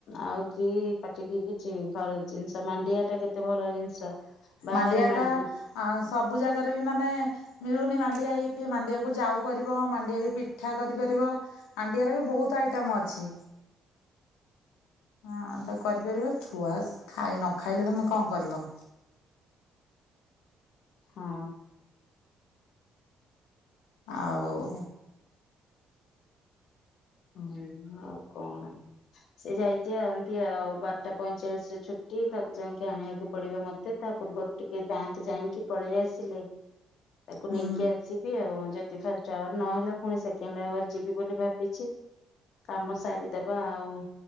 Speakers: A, on the left; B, on the left.
A: ଆଉ କି ପାଟିକି କିଛି ଘର ଜିନିଷ ମାଣ୍ଡିଆ ଟା କେତେ ଭଲ ଜିନିଷ। ବାହାରେ
B: ମାଣ୍ଡିଆ
A: ମାଣ୍ଡି
B: ଟା
A: ହୁଁ
B: ସବୁ ଜାଗାରେ ବି ମାନେ ମିଳୁନି ମାଣ୍ଡିଆ ମାଣ୍ଡିଆକୁ ଯାଉ କରିବ ମା ଆ ବି ପିଠା କରିପାରିବ ମାଣ୍ଡିଆ ର ବି ବହୁତ ଆଇଟମ ଅଛି ହଁ କରିପାରିବ ଛୁଆ ଖାଇ ନ ଖାଇଲେ ତମେ କଣ କରିବ
A: ହଁ
B: ଆଉ
A: ହୁଁ ଆଉ କଣ ସେ ଯାଇଛି ଏନ୍ତି ଆଉ ବାରଟା ପଇଁଚାଳିଶ ରେ ଛୁଟି ତାକୁ ଯାଇକି ଆଣିବାକୁ ପଡିବ ମତେ ତା ପୂର୍ବରୁ ଟିକେ ବ୍ୟାଙ୍କ ଯାଇକି ପଳେଇ ଆସିଲେ ତାକୁ
B: ହୁଁ
A: ନେଇକି ଆସିବି ଆଉ ଯଦି ଫାଷ୍ଟ ଆୱାର ନହେଲା ପୁଣି ସେକେଣ୍ଡ ଆୱାର ଯିବି ବୋଲି ଭାବିଛି କାମ ସାରିଦବା ଆଉ